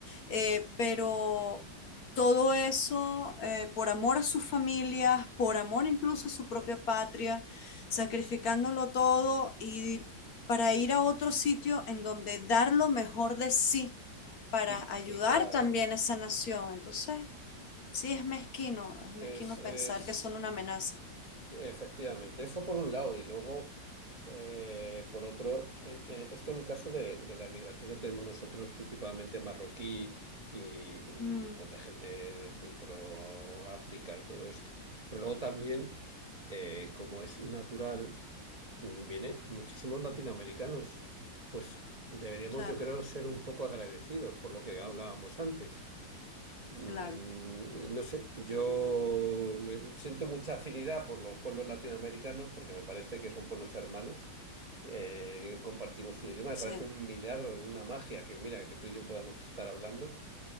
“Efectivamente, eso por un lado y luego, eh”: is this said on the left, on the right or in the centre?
Right